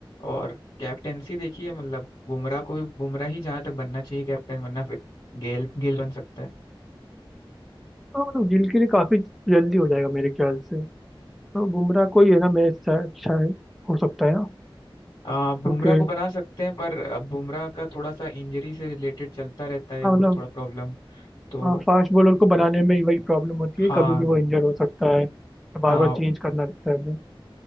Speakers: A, on the left; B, in the centre.
A: और कैप्टेंसी देखिए मतलब बुमराह को भी बुमराह ही जहां तक बनना चाहिए कैप्टन वरना फिर गेल गेल बन सकता है
B: हाँ मतलब गिल के लिए काफी जल्दी हो जाएगा मेरे ख्याल से तो बुमराह को ही है ना मैच शायद शायद हो सकता है ना
A: आ, बुमराह
B: क्योंकि
A: को बना सकते हैं पर अब बुमराह का थोड़ा सा इंजरी से रिलेटेड चलता रहता है
B: हाँ
A: वो
B: मतलब
A: थोड़ा प्रॉब्लम तो
B: हाँ फास्ट बॉलर को बनाने में ही वही प्रॉब्लम होती है
A: हाँ
B: कभी भी वो इंजर हो सकता है बार
A: हाँ
B: बार चेंज करना रहता है हमें।